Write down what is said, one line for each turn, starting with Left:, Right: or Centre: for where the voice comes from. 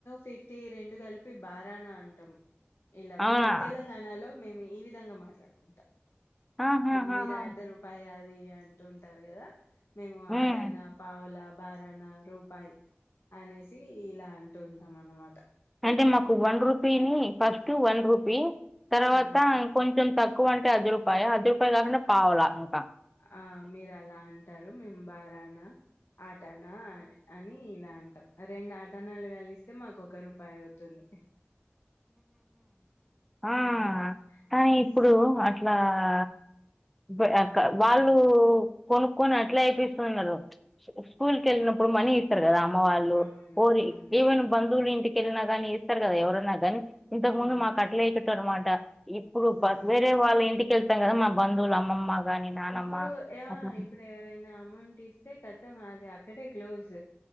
Left: ఫిఫ్టీ రెండూ కలిపి బారానా అంటాం ఇలా
Centre: అవునా
Left: మీం తెలంగాణా లో మేం ఈ విధంగా మాట్లాడుకుంటా
Centre: ఆహాహాహా.
Left: మీరు అర్ధ రూపాయా ది అంటుంటారు కదా మేము
Centre: మ్మ్.
Left: ఆటనా పావలా బారానా రూపాయి అనేసి ఇలా అంటూ ఉం టాం అన్నమాట
Centre: అంటే మాకు వన్ రూపీని ఫస్ట్ వన్ రూ పీ తరవాత
Left: హ్మ్.
Centre: ఇంకొంచెం త క్కువ అంటే అర్ధ రూపాయ అర్ధ రూపాయ కాకుండా పావలా ఇంక
Left: ఆ మీరు అలా అంటారు మే బారానా అర్ టనా అని ఇలా అంటాం రెండు ఆటనాలు కలిస్తే మాకు ఒక రూపాయి అవుతుంది
Centre: ఆ
Left: హ్మ్.
Centre: ఇప్పుడు
Left: స్
Centre: అట్లా ఆ బ్
Left: హ్మ్.
Centre: అక్ వాళ్ళు కొను కొని అట్ల అయిపిస్తున్నరు స్కూల్ కి ఎళ్ళినప్పుడు మనీ ఇస్తరు కదా మ్మ వాళ్ళు
Left: అవును.
Centre: కోరి
Left: అవును.
Centre: ఈవెన్ బంధువులు ఇంటికెళ్ళినా గానీ ఇస్తరు కదా ఎవరన్నా సరే ఇంతకుముందు
Left: అవును.
Centre: మాకు అట్లే ఇచ్చేటోళ్లు అన్నమాట ఇప్పుడు
Left: హ్మ్.
Centre: వేరే వాళ్ళ ఇంటికి వెళ్ తాకద మా బంధువులు అమ్మమ్మ గానీ, నానమ్మ
Left: ఇప్పుడు యా
Centre: అట్లా
Left: ఇప్పుడు ఎవరైనా అమౌంట్ ఇస్తే కతం అది అక్కడే క్లోజ్